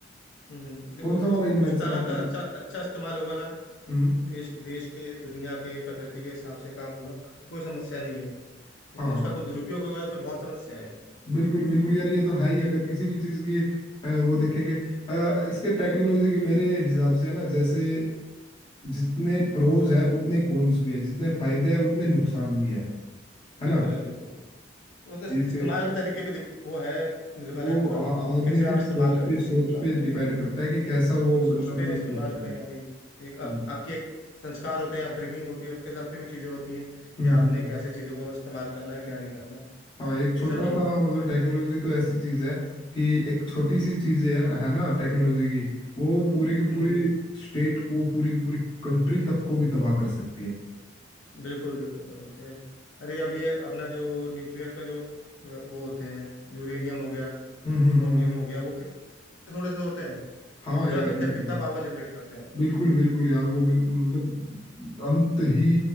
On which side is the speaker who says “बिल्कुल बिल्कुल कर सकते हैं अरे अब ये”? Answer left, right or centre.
Left